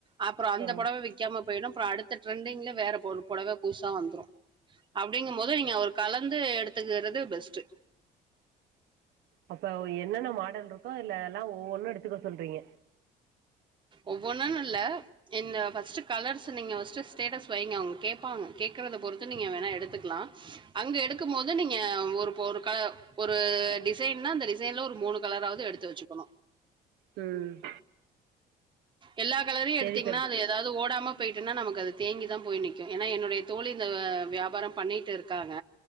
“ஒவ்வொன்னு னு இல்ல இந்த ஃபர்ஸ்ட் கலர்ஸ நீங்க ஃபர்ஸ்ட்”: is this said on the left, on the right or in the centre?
Right